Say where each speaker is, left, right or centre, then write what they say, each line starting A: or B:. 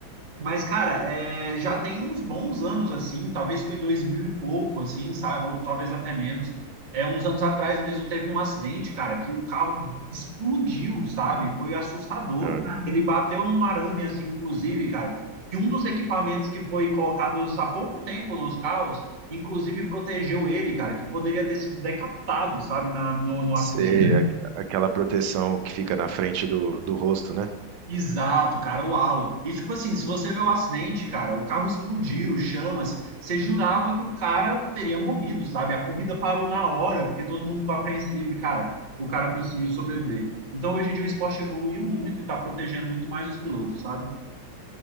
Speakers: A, on the right; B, on the right.
A: mas, cara, é, já tem uns bons anos, assim, talvez foi 2000 e pouco, assim, sabe? Ou talvez até menos. É, uns anos atrás mesmo teve um acidente, cara, que o carro explodiu, sabe? Foi assustador.
B: aham.
A: Ele bateu num arame, assim, inclusive, cara, que um dos equipamentos que foi colocados há pouco tempo nos carros, inclusive protegeu ele, cara, que poderia ter sido decapitado, sabe, na, no, no
B: Sei,
A: acidente.
B: a- aquela proteção que fica na frente do, do rosto, né?
A: Exato, cara, o halo. E tipo assim, se você vê o acidente, cara, o carro explodiu, chamas, você jurava que o cara teria morrido, sabe? A corrida parou na hora, porque todo mundo ficou apreensivo e, cara, o cara conseguiu sobreviver. Então, hoje em dia, o esporte evoluiu muito e tá protegendo muito mais os pilotos, sabe?